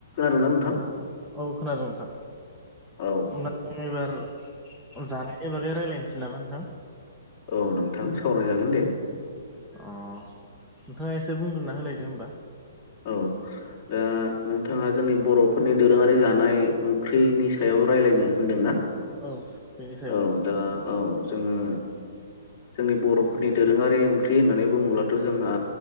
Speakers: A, on the left (about 20°); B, in the centre.
A: खोनादोंना नोंथां?
B: औ खोनादों नोंथां
A: औ
B: होमब्ला जों एबार जानाय बागै राय्लायनोसै नामा नोंथां?
A: औ नोंथां सावरायजागोन दे
B: अ नोंथाङा एसे बुंग्रोना होलायदो होमबा
A: औ दा नोंथाङा जोंनि बर'फोरनि दोरोङारि जानाय ओंख्रिनि सायाव राय्लायनो होनदोंना?
B: औ बेनि सायावनो
A: औ दा औ जोङो जोंनि बर'फोरनि दोरोङारि ओंख्रि होननानै बुङोब्लाथ' जोंहा